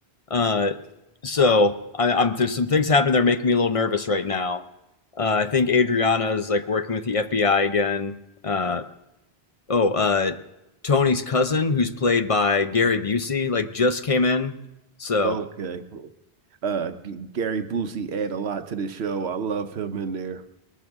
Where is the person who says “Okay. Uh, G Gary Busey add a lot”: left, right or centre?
Right